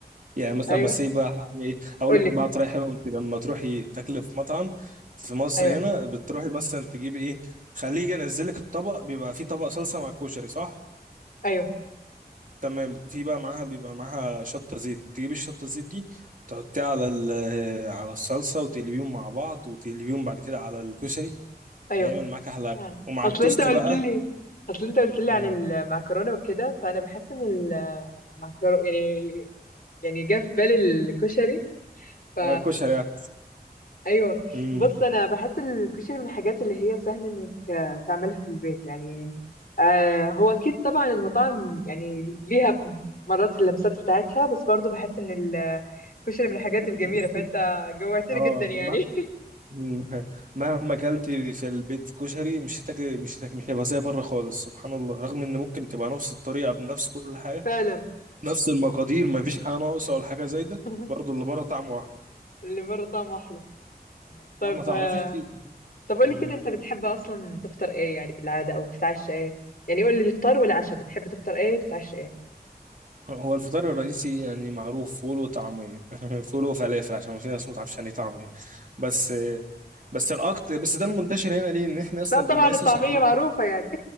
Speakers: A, on the right; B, on the left.
A: يعني مثلا
B: ايوه
A: بس ايه بقى احلى حاجه ايه هقول
B: قول
A: لك
B: لي
A: بقى طريقه حلوه انت لما تروحي تاكلي في مطعم في مصر
B: ايوه
A: هنا بتروحي مثلا تجيبي ايه خليه ينزل لك الطبق بيبقى فيه طبق صلصه مع كشري صح
B: ايوه
A: تمام في بقى معاها بيبقى معاها شطه زيت تجيبي الشطه الزيت دي تحطيها على ال- <hesitation> على الصلصه وتقلبيهم مع بعض وتقلبيهم بعد كده على الكشري
B: ايوه
A: هيعمل معاك احلى
B: آه.
A: أكل. ومع
B: اصل
A: التوست
B: انت قلت
A: بقى
B: لي اصل انت قلت لي
A: امم
B: عن المعكرونه وكده فانا بحس ان المعكرونه يعني يعني جه في بالي الكشري ف
A: آه، كشري بقى
B: ايوه
A: امم
B: بص انا بحس الكشري من الحاجات اللي هي سهل انك آه، تعملها في البيت يعني آه هو اكيد طبعا المطاعم يعني ليها مرات اللمسات بتاعتها بس برضو بحس ان الكشري من الحاجات الجميله
A: بصي
B: فانت جوعتني
A: اه
B: جدا يعني <laughs>
A: مم. <laughs> مهما اكلتي في البيت كشري مش هتاكلي مش هتاكلي مش هيبقى زي بره خالص سبحان الله رغم ان ممكن تبقى نفس الطريقه بنفس كل حاجه
B: فعلا
A: نفس المقادير ما فيش حاجه ناقصه ولا حاجه زايده
B: <laughs>
A: برضه اللي بره طعمه احلى
B: اللي بره طعمه احلى طب
A: يعني ما تعرفيش
B: آه
A: ليه
B: طب قولي
A: مم.
B: كده انت بتحب اصلا تفطر ايه يعني بالعاده او تتعشى ايه يعني قولي الافطار والعشاء بتحب تفطر ايه وتتعشى ايه
A: هو الفطار الرئيسي يعني معروف فول وطعميه <laughs> فول وفلافل عشان في ناس ما تعرفش يعني إيه طعميه بس بس الاكتر بس ده المنتشر هنا ليه ان احنا اصلا
B: لا طبعا
A: بنبقى
B: الطعميه
A: لسه صاحيين
B: معروفه يعني